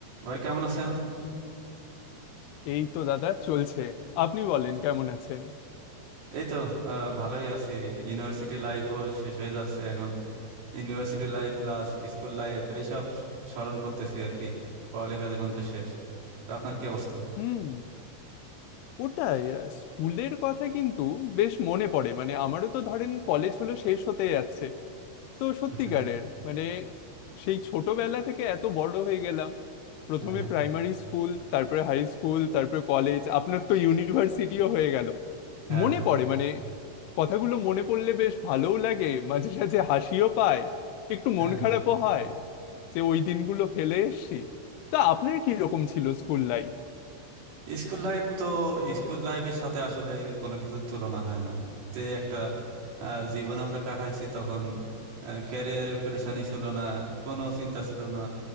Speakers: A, on the right (about 75°); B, on the left (about 80°).
A: ভাই কেমন আছেন
B: এই তো দাদা চলছে আপনি বলেন কেমন আছেন
A: এই তো আহ, ভালোই আছি ইউনিভার্সিটি লাইফও শেষ হয়ে যাচ্ছে এখন University life plus school life এইসব স্মরণ করতেছি আর কি পড়ালেখা জীবন তো শেষ তো আপনার কি অবস্থা
B: হুম ওটাই আহ, স্কুলের কথা কিন্তু বেশ মনে পড়ে মানে আমারও তো ধরেন কলেজ হলো শেষ হতে যাচ্ছে তো সত্যিকারের
A: আচ্ছা
B: মানে সেই ছোটবেলা থেকে এত বড় হয়ে গেলাম প্রথমে
A: হ্যাঁ হ্যাঁ
B: প্রাইমারি স্কুল তারপরে হাই স্কুল তারপরে কলেজ আপনার তো ইউনিভার্সিটিও হয়ে গেল
A: হ্যাঁ
B: মনে
A: হ্যাঁ
B: পড়ে মানে কথাগুলো মনে পড়লে বেশ ভালোও লাগে মাঝে সাঝে হাসিও পায় একটু
A: হ্যাঁ।
B: মন খারাপও হয় যে ওই দিনগুলো ফেলে এসেছি তা আপনার কি রকম ছিল স্কুল লাইফ
A: স্কুল লাইফ তো স্কুল লাইফের সাথে আসলে কোনো কিছুর তুলনা হয় না যে একটা আহ, জীবন আমরা কাটাইছি তখন ক্যারিয়ারের প্রেশানি ছিল না কোনো চিন্তা ছিল না